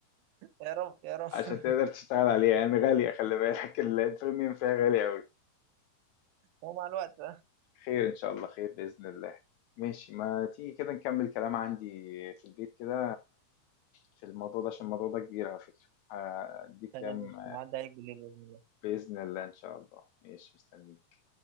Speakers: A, on the right; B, on the left.
A: يا رب يا رب
B: عشان تقدر تشتغل عليها يعني غالية خلي بالك <laughs> البريميوم فيها غالي أوي
A: هو مع الوقت بقى
B: خير إن شاء الله خير بإذن الله ماشي ما تيجي كده نكمل كلام عندي في البيت كده في الموضوع ده عشان الموضوع ده كبير على فكرة هديك
A: تمام
B: كام
A: قشطة. هعدي عليك بالليل
B: بإذن الله إن شاء الله ماشي مستنيك